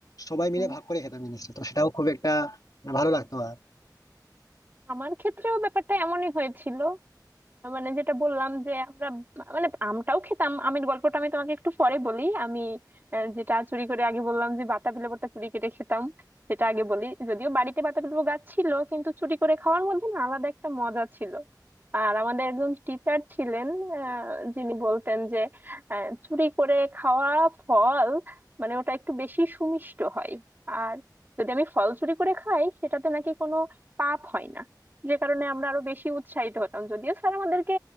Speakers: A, on the left; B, on the right.
A: সবাই
B: হুম।
A: মিলে ভাগ করে খেতাম জিনিসটা তো সেটাও খুব একটা মানে ভালো লাগতো আর
B: আমার ক্ষেত্রেও ব্যাপারটা এমনই হয়েছিল মানে যেটা বললাম যে আমরা মানে আমটাও খেতাম আমের গল্পটা আমি তোমাকে একটু পরে বলি আমি আহ, যেটা চুরি করে আগে বললাম যে বাতাবি লেবুটা চুরি কেটে খেতাম সেটা আগে বলি যদিও বাড়িতে বাতাবি লেবু গাছ ছিল কিন্তু চুরি করে খাওয়ার মধ্যে না আলাদা একটা মজা ছিল আর আমাদের একজন টিচার ছিলেন আহ, যিনি বলতেন যে আহ, চুরি করে খাওয়া ফল মানে ওটা একটু বেশি সুমিষ্ট হয় আর যদি আমি ফল চুরি করে খাই সেটাতে নাকি কোনো পাপ হয় না যে কারণে আমরা আরো বেশি উৎসাহিত হতাম যদিও স্যার আমাদেরকে